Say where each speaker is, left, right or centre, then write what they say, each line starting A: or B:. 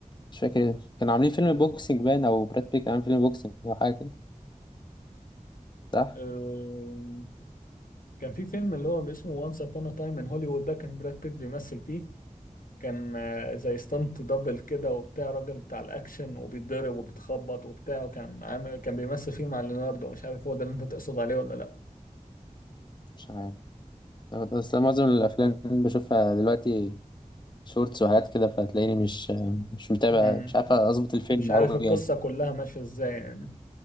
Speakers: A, on the left; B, on the left.
A: مش فاكر كانوا عاملين فيلم بوكسينج باين او براد بيت كان عامل فيلم بوكسينج او حاجه كده صح
B: آه، كان في فيلم اللي هو اسمه وانس ابون تايم ان هوليوود ده كان براد بيت بيمثل فيه كان آه، زي ستانت دبل كده وبتاع راجل بتاع الاكشن وبيتضرب وبيتخبط وبتاع وكان عامل كان بيمثل فيه مع ليوناردو مش عارف هو ده اللي انت تقصد عليه ولا لا
A: مش عارف بس أنا معظم الافلام بشوفها دلوقتي شورتس وحاجات كده فتلاقيني مش مش متابع
B: مم.
A: مش عارف اظبط الفيلم
B: مش عارف
A: أوي
B: القصة
A: يعني
B: كلها ماشية ازاي يعني